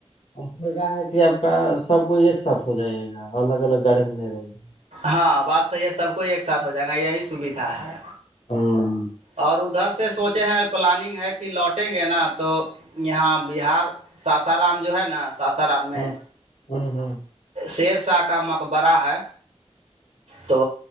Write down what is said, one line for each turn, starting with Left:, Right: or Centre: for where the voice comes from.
Left: اس میں کہ ہے کہ آپ کا سب کوئی ایک ساتھ ہو جائےے گا الگ الگ گاڑے میں نہیں رہے گا
Right: ہاں بات صحیح ہے سب کو ایک ساتھ ہو جائےیں گا یہی سویدھا ہے
Left: ہاں
Right: اور ادھر سے سے سوچے ہیں پلاننگ ہے کہ لوٹیں گے نا تو یہاں بہار ساسارام جو ہے نا سسرام میں
Left: ہاں ہاں
Right: شیرساہ کا مقبرہ ہے تو